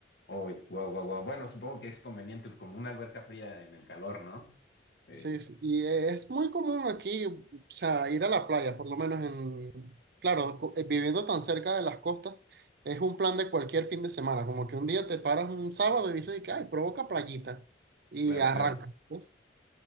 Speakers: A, on the left (about 60°); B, on the right (about 55°).
A: Oh, wow, wow, wow. Bueno, supongo que es conveniente como una alberca fría en el calor, ¿no? Eh,
B: Sí, sí, y es muy común aquí, o sea, ir a la playa, por lo menos en, claro, co- eh, viviendo tan cerca de las costas, es un plan de cualquier fin de semana, como que un día te paras un sábado y dices, y que, ay, provoca playita, y
A: claro,
B: arrancas,
A: claro.
B: pues,